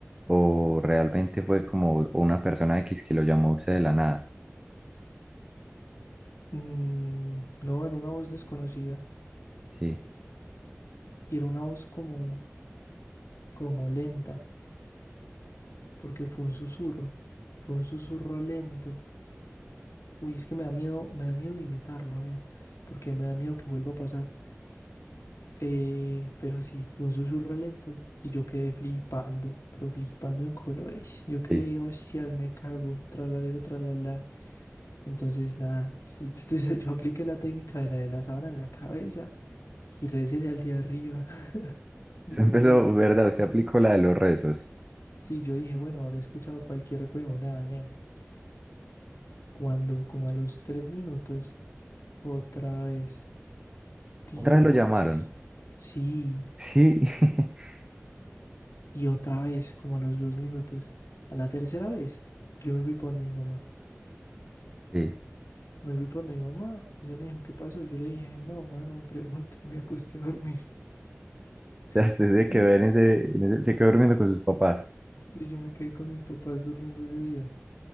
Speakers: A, on the right; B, on the left.
A: o realmente fue como una persona X que lo llamó a usted de la nada?
B: Mm, no, era una voz desconocida
A: Sí,
B: y era una voz como, como lenta. porque fue un susurro, fue un susurro lento. Uy, es que me da miedo, me da miedo imitarlo, Nea, porque me da miedo que vuelva a pasar. Eh, pero sí, fue un susurro lento y yo quedé flipando, pero flipando en colores. Yo quedé,
A: sí. <laughs>
B: hostias, me cago, tralalero, tralala. Entonces, nada, sí, <laughs> sí, yo apliqué la técnica de la de la sábana en la cabeza y récele al de arriba, <laughs> Dios
A: Usted empezó,
B: mío.
A: ¿verdad? Usted aplicó la de los rezos.
B: Sí, yo dije, bueno, habré escuchado cualquier huevonada, nea. Cuando, como a los tres minutos. Otra vez. Dios.
A: ¿Otra vez lo llamaron?
B: Sí.
A: Sí. <laughs>
B: Y otra vez, como a los dos minutos. A la tercera vez, yo me fui para donde mi mamá.
A: Sí.
B: Me fui para donde mi mamá. Ella me dijo, ¿qué pasó? Yo le dije, no, mamá, no me pregunte. <laughs> Y me acosté a dormir.
A: O sea, usted
B: <laughs>
A: se
B: Yo,
A: quedó
B: s-
A: en ese, en ese- se quedó durmiendo con sus papás.
B: sí, yo me quedé con mis papás durmiendo ese día.